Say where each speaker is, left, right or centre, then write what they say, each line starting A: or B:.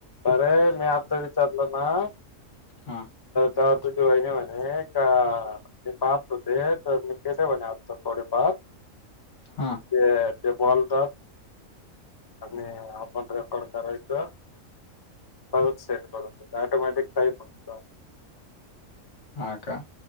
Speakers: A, on the left; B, on the left.
A: अरे मी आता विचारलो ना
B: हा
A: तर दुी होईन म्ह का पाप होतेे तर म केले म्ह आपत डे पाप
B: हा
A: ते टेबॉल आणि आपण रेकॉर्ड करायचं पल् सेट करून ऑटोमॅटिक प
B: आ का